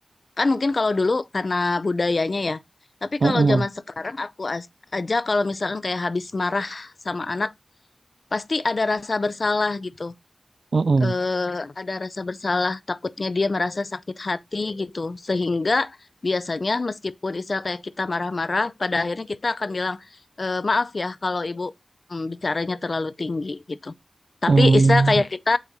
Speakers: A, on the left; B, on the right.
A: Kan mungkin kalau dulu karena budayanya ya. Tapi
B: Mm-mm.
A: kalau zaman sekarang aku as- aja kalau misalkan kayak habis marah sama anak, pasti ada rasa bersalah gitu.
B: Mm-mm.
A: eh, ada rasa bersalah, takutnya dia merasa sakit hati gitu. Sehingga biasanya meskipun misal kayak kita marah-marah, pada akhirnya kita akan bilang, "Eh, maaf ya kalau ibu mm, bicaranya terlalu tinggi gitu. Tapi
B: Mm.
A: istilah kayak kita